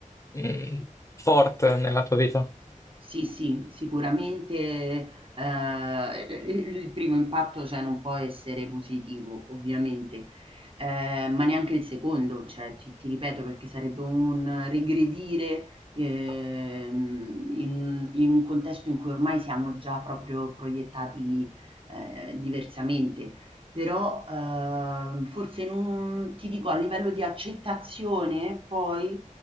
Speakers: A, on the left; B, on the right.
A: mh, forte nella tua vita.
B: Sì, sì, sicuramente, ehm, il primo impatto, cioè, non può essere positivo, ovviamente, ehm, ma neanche il secondo, cioè, ti ti ripeto, perché sarebbe un regredire, ehm, in un in un contesto in cui ormai siamo già proprio proiettati, ehm, diversamente. Però, ehm, forse non ti dico, a livello di accettazione poi,